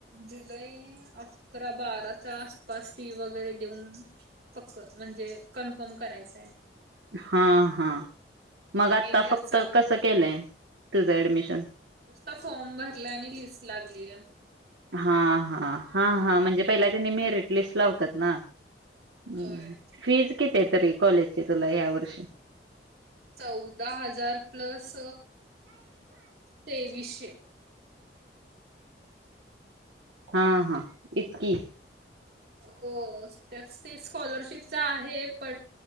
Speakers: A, on the right; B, on the right.
A: जुलै अकरा बाराच्या आसपास फी वगैरे देऊन पक्क म्हणजे कन्फर्म करायचंय.
B: हा हा मग आता
A: एंडलाच
B: फक्त
A: चालू
B: कस
A: होणार
B: केलंय तुझं ऍडमिशन
A: नुसता फॉर्म भरला आणि लिस्ट लागलीय
B: हा हा हा हां म्हणजे पहिला त्यांनी मेरिट लिस्ट लावतात ना हम्म
A: होय.
B: फीज किती आहे तरी कॉलेजची तुला या वर्षी
A: चौदा हजार प्लस तेवीसशे
B: हा हा इतकी.
A: त्या ते स्कॉलरशिप आहे पण